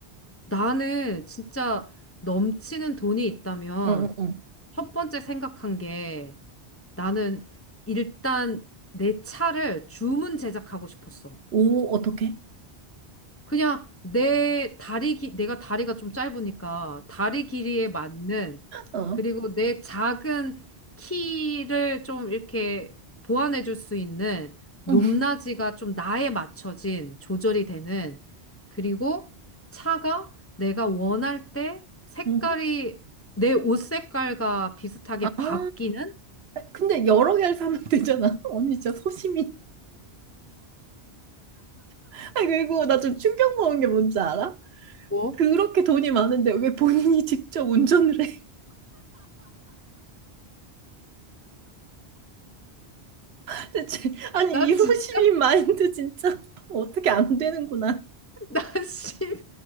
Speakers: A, on the left (about 20°); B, on the right (about 70°).
A: 나는 진짜 넘치는 돈이 있다면
B: 응, 응, 응.
A: 첫 번째 생각한 게 나는 일단 내 차를 주문 제작하고 싶었어.
B: 오, 어떻게?
A: 그냥 내 다리 기, 내가 다리가 좀 짧으니까 다리 길이에 맞는
B: 어.
A: 그리고 내 작은 키를 좀 이렇게 보완해 줄 수 있는 높낮이가
B: 응.
A: 좀 나에 맞춰진 조절이 되는 그리고 차가 내가 원할 때 색깔이
B: 응.
A: 내 옷 색깔과 비슷하게
B: 아,
A: 바뀌는
B: 근데 여러 개를 사면 되잖아. <laughs> 언니 진짜 소심이. 아, 그리고 나 좀 충격 먹은 게 뭔지 알아?
A: 뭐?
B: 그렇게 돈이 많은데 왜 본인이 <laughs> 직접 운전을 해? <laughs> 대체, 아니,
A: 나
B: 이
A: 진짜
B: 소심이 마인드 진짜 <laughs> 어떻게 안 되는구나.
A: 나 시민,